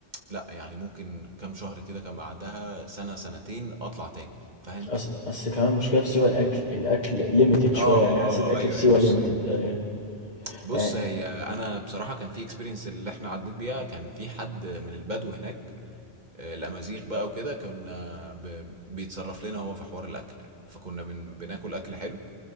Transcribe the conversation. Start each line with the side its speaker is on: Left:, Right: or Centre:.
Right: لأ، يعني ممكن كام شهر كده كان بعدها سنة، سنتين أطلع تاني، فاهم؟
Left: أصل أصل كمان المشكلة في سيوة الأكل، الأكل limited شوية
Right: آه،
Left: يعني
Right: آه،
Left: حسيت الأكل
Right: أيوه،
Left: في سيوة
Right: أيوه، بُص
Left: limited
Right: يعني
Left: أيوه،
Right: بُص
Left: يعني
Right: هي أنا بصراحة كان في experience اللي إحنا عدّيت بيها، كان في حد من البدو هناك آآ، الأمازيغ بقى وكده، كنا ب بيتصرّف لنا هو في حوار الأكل، فكنا بن بناكل أكل حلو